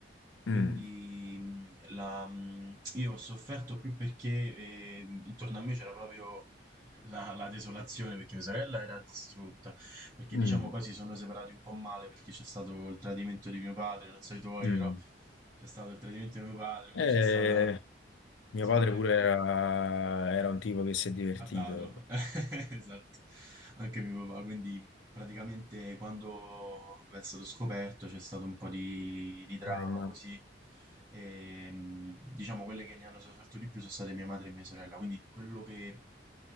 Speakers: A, on the right (about 20°); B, on the left (about 85°).
A: Quindi
B: Mm,
A: mh, la- mh, io ho sofferto più perché ehm, intorno a me c'era proprio la, la desolazione, perché mia sorella era distrutta, perché
B: mm,
A: diciamo poi si sono separati un po' male perché c'è stato il tradimento di mio padre, non so i tuoi,
B: mm.
A: però c'è stato il tradimento di mio padre, quindi
B: Eh,
A: c'è stato
B: mio
A: simile.
B: padre pure era, era un tipo che si è divertito.
A: A dado, <laughs> esatto, anche mio papà, quindi praticamente quando è stato scoperto c'è stato un po' di, di drama
B: Eh, ma-
A: così, e, mh, diciamo quelle che ne hanno sofferto di più sono state mia madre e mia sorella, quindi quello che